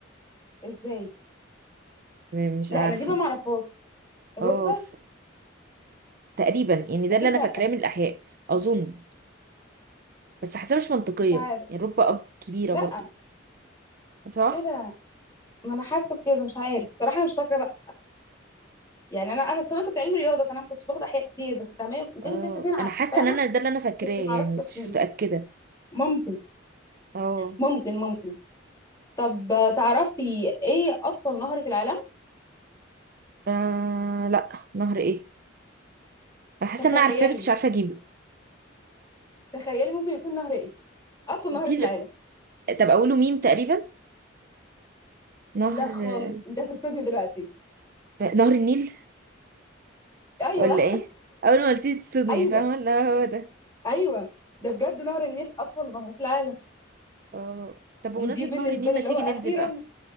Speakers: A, on the left; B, on the right.
A: ازاي
B: م- مش
A: لا
B: عارفه
A: انا دي بقى معرفهاش الركبه
B: اه تقريبا يعني ده
A: اكيد
B: اللي انا
A: لا
B: فاكراه من الاحياء اظن بس حاسه مش منطقيه
A: مش عارف
B: يعني رب اب كبيره
A: لا
B: برضو صح
A: ايه ده ما انا حاسه بكده مش عارف الصراحه أنا مش فاكره بقى يعني انا انا الصراحه كنت علمي رياضه فانا ما كنتش باخد احياء كتير بس بتاع 100 206
B: اه
A: دي انا
B: انا حاسه
A: عارفاها
B: ان انا ده اللي انا فاكراه
A: بس
B: يعني
A: ما اعرفش تفاصيلها
B: بس مش متاكده
A: ممكن
B: اه
A: ممكن ممكن طب آه، تعرفي ايه اطول نهر في العالم
B: آه، لا نهر ايه انا حاسه
A: تخيلي
B: ان انا عارفاه بس مش عارفه اجيبه
A: تخيلي ممكن يكون نهر ايه اطول
B: وفي
A: نهر في العالم
B: ال... طب اقوله ميم تقريبا نهر
A: لا خالص
B: آه،
A: انت هتصدمني دلوقتي
B: نهر النيل
A: ايوه
B: ولا ايه اول ما قلتيه تصدمي
A: ايوه
B: فاهمه لا هو ده
A: ايوه ده بجد نهر النيل اطول نهر في العالم
B: اه طب بمناسبه
A: ودي بالنسبه
B: نهر النيل
A: لي
B: ما
A: اللي
B: تيجي
A: هو اخيرا
B: ننزل بقى